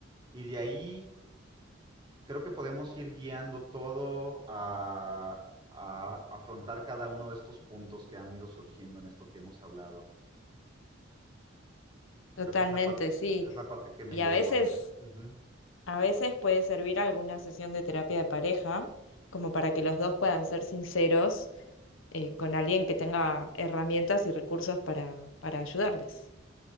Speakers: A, on the right; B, on the left.
A: y de ahí creo que podemos ir guiando todo a, a afrontar cada uno de estos puntos que han ido surgiendo en esto que hemos hablado.
B: Totalmente,
A: Creo que es la, par-
B: sí.
A: es la parte que me
B: Y
A: llevo
B: a veces
A: de... Ujú.
B: A veces puede servir alguna sesión de terapia de pareja, como para que los dos puedan ser sinceros eh, con alguien que tenga herramientas y recursos para, para ayudarles.